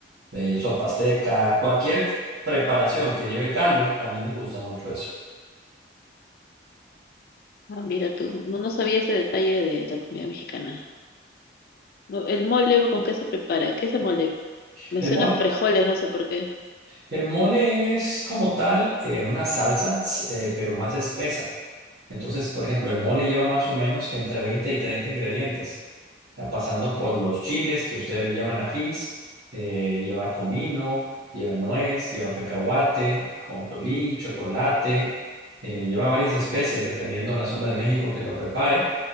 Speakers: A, on the right; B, on the left.
A: eh, sopa azteca, cualquier preparación que lleve caldo, a mí me gusta mucho eso.
B: Ah, mira tú, no, no sabía ese detalle de la comida mexicana. No, el mole, ¿con qué se prepara? ¿Qué es el mole? Me
A: El
B: suena
A: mole,
B: a frijoles, no sé por qué.
A: el mole es como tal eh, una salsa, s- eh, pero más espesa. Entonces, por ejemplo, el mole lleva más o menos entre 20 y 30 ingredientes, Ya pasando por los chiles, que ustedes le llaman ajís, eh, lleva comino, lleva nuez, lleva cacahuate, ajonjolí, chocolate, eh, lleva varias especias dependiendo de la zona de México que lo prepare.